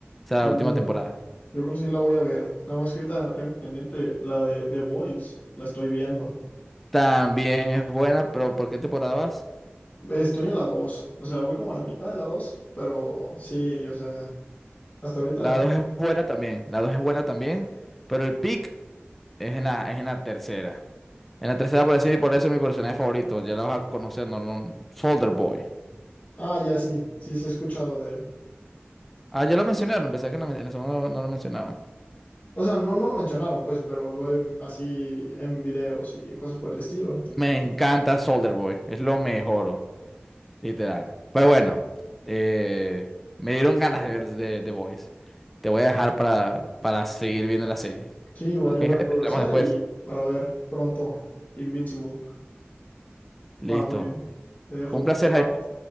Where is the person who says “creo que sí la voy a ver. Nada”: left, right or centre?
Left